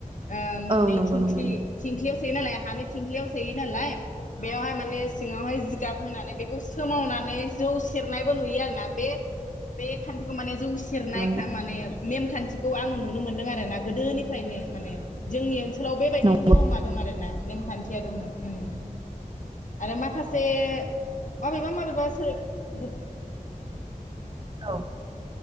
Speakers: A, on the left; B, on the right.
A: ओ मोननै
B: औ नंगौ
A: थिंख्लि
B: नंगौ
A: थिंख्लियाव सोयो नालाय हानि थंख्लियाव सोयो नालाय बेयावहाय माने सिङावहाय जिगाब होनानै बेखौ सोमावनानै जौ सेरनायबो नुयो आरोना बे बे खान्थिखौ माने जौ सेरनायखा
B: नंगौ
A: माने नेमखान्थिखौ आं नुनो मोनदों आरो आरो ना गोदोनिफ्रायनो माने जोंनि ओनसोलाव बेबायदि
B: नंगौ
A: नियमा दं आरोना। नेमखान्थिया दङो उम आरो माखा से माब माबेबा माबेबा <unintelligible>
B: औ